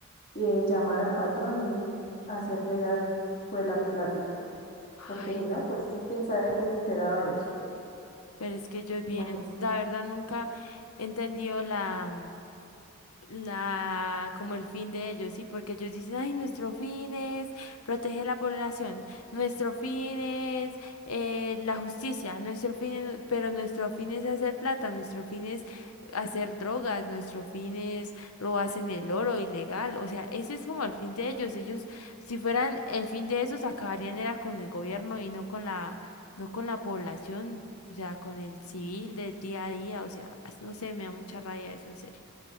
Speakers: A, on the left; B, on the left.
A: eh, llamar al patrón y hacer llegar pues la plática, porque
B: Ay,
A: si no, pues quién sabe qué se esperaba de ellos,
B: Pero es que yo bien,
A: imagínense.
B: la verdad nunca he entendido la, mm, la, como el fin de ellos, ¿sí? Porque ellos dicen, ay, nuestro fin es proteger la población, nuestro fin es eh, la justicia, nuestro fin es- pero nuestro fin es hacer plata, nuestro fin es hacer drogas, nuestro fin es robarse en el oro ilegal, o sea, ese es como el fin de ellos, ellos, si fueran el fin de esos, acabarían era con el gobierno y no con la, no con la población. O sea, con el civil del día a día, o sea, no sé, me da mucha raya eso, en serio.